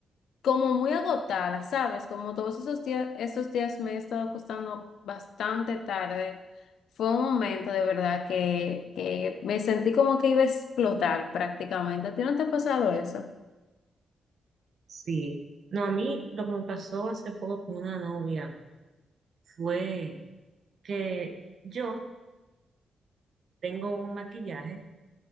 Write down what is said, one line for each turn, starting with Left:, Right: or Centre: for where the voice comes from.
Left: como muy agotada, ¿sabes? Como todos esos días, esos días me he estado acostando bastante tarde. Fue un momento de verdad que, que me sentí como que iba a explotar prácticamente. ¿A ti no te ha pasado eso?
Right: Sí. No, a mí lo que me pasó hace poco con una novia fue que yo tengo un maquillaje